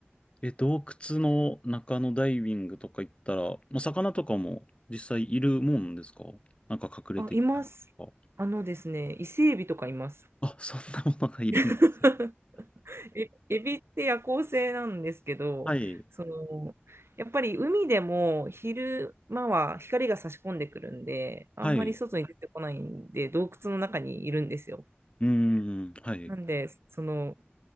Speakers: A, on the left; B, on the right.
A: え、洞窟の中のダイビングとか行ったら、まあ、魚とかも実際いるもんですかなんか隠れてきたりとか。
B: あ、います。あのですね、伊勢エビとかいます。
A: あ、そんなものがいるんです。
B: <laughs> えエビって夜行性なんですけど、
A: はい。
B: その、やっぱり海でも昼間は光が差し込んでくるんで、あんまり外に出てこないんで、
A: はい。
B: 洞窟の中にいるんですよ。
A: うーん。はい。
B: なんで、その、